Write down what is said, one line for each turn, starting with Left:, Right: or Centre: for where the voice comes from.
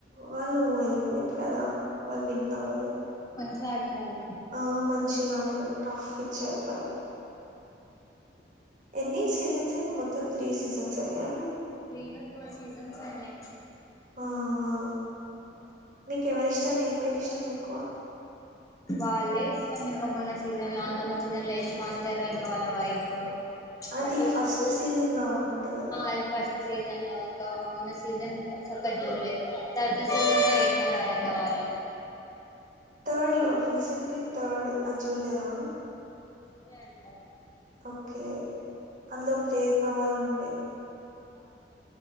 Right: వాళ్ళు ఎలిమినెట్ కదా. వాళ్ళు విన్నవలే.
Left: ఇంకాడినారాళ్ళే
Right: ఆ మంచి గాడిర్రట పిక్చర్ ఫైట్
Left: అవును.
Right: ఎన్ని సీసన్స్ అయినయ్ మొత్తం త్రీ సీసన్స్ అయినయా
Left: ఫ్రీగా టూ సీజన్స్ అయినయ్.
Right: ఆహా
Left: అ
Right: నీకెవరిష్టం ఏ పేరిష్టం
Left: చిన్న
Right: ఎక్కువ
Left: వాళ్ళే ఇష్టమింక మొన్న సీజన్లో అంతముందు సీజన్లో యష్ మాస్టర్ ఇంకా వాళ్ళ వైఫ్
Right: అది
Left: ఎట్లయిందంటే
Right: ఫస్ట్ సీజన్ లో అనుకుంటా కదా
Left: ఆ అది ఫస్ట్ సీజన్లో ఇంకా మొన్న సీజన్ సక్కగా జూల్లే. సీజన్లో
Right: ఆ
Left: <unintelligible> ంక వాళ్లు
Right: తర్డ్లో రీసెంట్లీ తర్డ్ అజూల్లేదా
Left: చూళ్ళే అనుకుంటా
Right: ఓకే అందులో ప్రేరణ వాళ్ళుండే
Left: ఆ